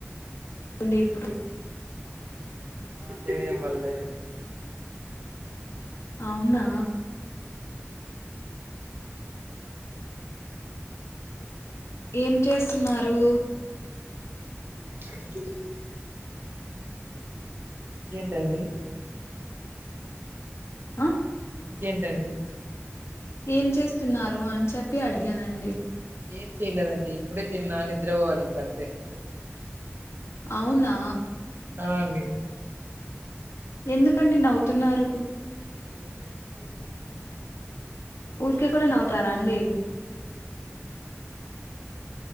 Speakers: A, on the left; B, on the right.
A: అండి ఇప్పుడు
B: మా సైడ్ ఎం పడలేదు
A: అవునా ఏం చేస్తున్నారు
B: జర్దు ఇంకేంటండి
A: ఆ
B: ఇంకేంటండి
A: ఏం చేస్తున్నారు అని చెప్పి అడిగానండి
B: ఏం చేయలేదండి ఇప్పుడే తిన్నా నిద్ర పోవాలి ఇంకంత
A: అవునా
B: ఆ అండి
A: ఎందుకండి నవ్వుతున్నారు
B: ఏం లేదండి ఊర్కే
A: ఊర్కే కూడా నవ్వుతారా అండి